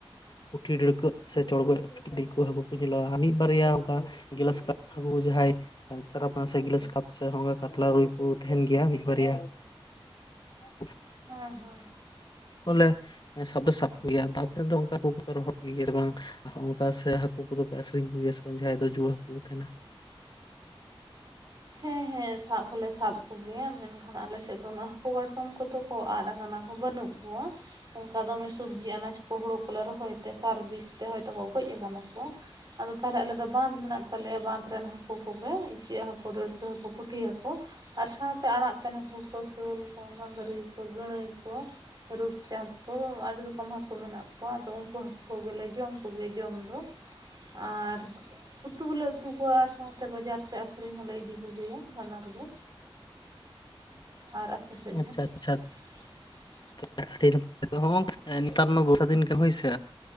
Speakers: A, on the left (about 50°); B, on the right (about 45°).
A: ᱯᱩᱴᱷᱤ ᱰᱟᱹᱲᱠᱟᱹᱜ ᱥᱮ ᱪᱚᱲᱜᱚᱡ ᱠᱟᱹᱴᱤᱡ ᱴᱤᱡ ᱦᱟᱹᱠᱩ ᱠᱚ ᱧᱮᱞᱚᱜᱼᱟ ᱟᱨ ᱢᱤᱫ ᱵᱟᱨᱭᱟ ᱚᱱᱠᱟ ᱜᱞᱟᱥ ᱠᱟᱯ ᱦᱟᱹᱠᱩ ᱠᱚ ᱡᱟᱦᱟᱸᱭ ᱪᱟᱨᱟᱯ ᱥᱮ ᱜᱞᱟᱥ ᱠᱟᱯ ᱥᱮ ᱦᱚᱸᱠᱟ ᱠᱟᱛᱞᱟ ᱨᱩᱭ ᱠᱚ ᱛᱟᱦᱮᱱ ᱜᱮᱭᱟ ᱢᱤᱫ ᱵᱟᱨᱭᱟ᱾ <unintelligible>
B: ᱦᱮᱸ ᱦᱮᱸ
A: ᱵᱚᱞᱮ ᱥᱟᱵ ᱫᱚ ᱥᱟᱵ᱾ ᱜᱮᱭᱟ ᱛᱟᱯᱚᱨᱮ ᱚᱝᱠᱟ <unintelligible> ᱵᱟᱝ ᱾ ᱟᱨ ᱚᱱᱠᱟ ᱥᱮ ᱦᱟᱹᱠᱩ ᱠᱚᱫᱚ ᱯᱮ ᱟᱠᱷᱨᱤᱧ ᱠᱚᱜᱮᱭᱟ ᱥᱮ ᱵᱟᱝ ᱡᱟᱦᱟᱸᱭ ᱫᱚ ᱡᱩᱣᱟᱹ ᱦᱟᱹᱠᱩ ᱠᱚ ᱛᱟᱦᱮᱱᱟ?
B: ᱦᱮᱸ ᱦᱮᱸ ᱥᱟᱵ ᱦᱚᱞᱮ ᱥᱟᱵ ᱠᱚᱜᱮᱭᱟ ᱢᱮᱱᱠᱷᱟᱱ ᱟᱞᱮᱥᱮᱫ ᱫᱚ ᱩᱱᱟᱹᱜ ᱦᱟᱹᱠᱩ ᱠᱟᱴᱠᱚᱢ ᱠᱚᱫᱚ ᱠᱚ ᱟᱫ ᱠᱟᱱᱟ ᱠᱚ ᱵᱟᱹᱱᱩᱜ ᱠᱚᱣᱟ᱾ ᱚᱱᱠᱟ ᱫᱚᱢᱮ ᱥᱚᱵᱽᱡᱤ ᱟᱱᱟᱡᱽ ᱠᱚ ᱦᱳᱲᱳ ᱠᱚᱞᱮ ᱨᱚᱦᱚᱭ ᱛᱮ ᱥᱟᱨ ᱵᱤᱥ ᱛᱮ ᱦᱚᱭᱛᱚ ᱠᱚ ᱜᱚᱡ ᱠᱟᱱᱟ ᱠᱚ᱾ ᱟᱫᱚ ᱛᱟᱦᱚᱞᱮ ᱫᱚ ᱵᱟᱸᱫ ᱢᱮᱱᱟᱜ ᱛᱟᱞᱮᱭᱟ ᱵᱟᱸᱫᱷ ᱨᱮᱱ ᱦᱟᱠᱳ ᱠᱚᱜᱮ᱾ ᱤᱪᱟᱹᱜ ᱦᱟᱹᱠᱩ, ᱰᱟᱹᱲᱠᱟᱹ ᱦᱟᱹᱠᱩ, ᱯᱩᱴᱷᱤ ᱦᱟᱹᱠᱩ ᱟᱨ ᱥᱟᱶᱛᱮ ᱟᱲᱟᱜ ᱛᱮᱱ ᱦᱟᱹ ᱞᱠᱳ ᱠᱚ ᱥᱳᱞ ᱠᱚ ᱢᱟᱸᱝᱨᱤ ᱠᱚ ᱜᱟᱹᱬᱟᱹᱭ ᱠᱚ᱾ ᱨᱩᱯᱪᱟᱸᱫᱽ ᱠᱚ ᱟᱹᱰᱤ ᱨᱚᱠᱚᱢ ᱦᱟᱹᱠᱩ ᱢᱮᱱᱟᱜ ᱠᱚᱣᱟ ᱟᱫᱚ ᱩᱱᱠᱩ ᱦᱟᱹᱠᱩ ᱠᱚᱜᱮᱞᱮ ᱡᱚᱢ ᱠᱚᱜᱮ ᱡᱚᱢ ᱫᱚ᱿ ᱟᱨ ᱩᱛᱩ ᱦᱚᱸᱞᱮ ᱩᱛᱩ ᱠᱚᱣᱟ ᱟᱨ ᱥᱟᱶᱛᱮ ᱵᱟᱡᱟᱨ ᱛᱮ ᱟᱹᱷᱨᱤᱧ ᱦᱚᱸᱞᱮ ᱤᱫᱤ ᱠᱚᱜᱮᱭᱟ ᱵᱟᱱᱟᱨ ᱜᱮ ᱟᱨ ᱟᱯᱮ ᱥᱮᱫ
A: ᱟᱪᱪᱷᱟ
B: ᱜᱮ
A: ᱟᱪᱪᱷᱟ᱾
B: <inaudible>
A: <unintelligible> ᱱᱮᱛᱟᱨ ᱢᱟ ᱵᱚᱨᱥᱟ ᱫᱤᱱ ᱠᱟᱱᱟ ᱦᱳᱭ ᱥᱮ᱾